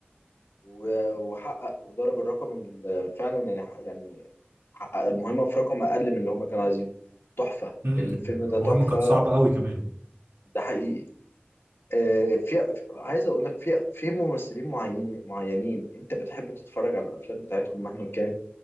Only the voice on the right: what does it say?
مم،
المهم
كانت صعبة قوي كمان